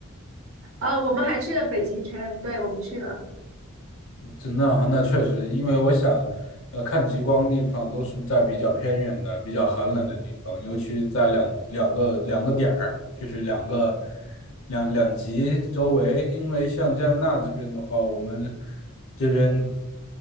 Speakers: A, on the right; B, on the left.
A: 哦，我们还去了北极圈，对，我们去了，
B: 真的啊那确实，因为我想，呃，看极光的地方都是在比较偏远的、比较寒冷的地方，尤其在两两个两个点儿，就是两个两两极周围。因为像加拿大这边的话，我们这边